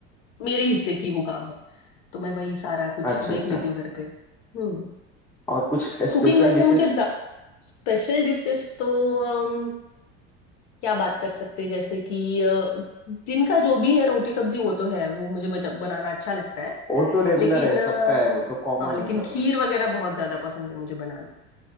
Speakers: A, on the left (about 70°); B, in the centre.
A: मेरे हिस्से की वो काम है तो मैं वही सारा कुछ
B: अच्छा
A: देख
B: अच्छा
A: लेती हूँ घर पे हम्म
B: और कुछ
A: कुकिंग
B: स्पेशल
A: वैसे
B: डिशेस
A: मुझे स्पेशल डिशेस तो अम, क्या बात कर सकते हैं जैसे कि अ, दिन का जो भी है रोटी सब्जी वो तो है वो मुझे बच- बनाना अच्छा लगता है
B: वो तो रेगुलर
A: लेकिन
B: है
A: अ,
B: सबका है वो तो कॉमन
A: हाँ लेकिन
B: है सब
A: खीर
B: में
A: वगैरह बहुत ज्यादा पसंद है मुझे बनाना